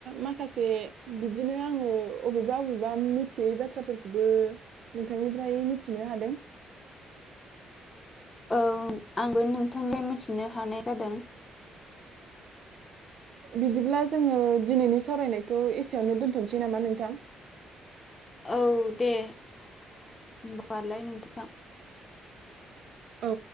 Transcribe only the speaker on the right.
माखासे बिदिनो आङो अबेबा अबेबा मिथियै बाथ्राफोरखौबो नोंथांनिफ्राय मिथिनो हादों
बिदिब्ला जोङो दिनैनि सावरायनायखौ एसेयावनो दोनथ'नोसै नामा नोंथां
औ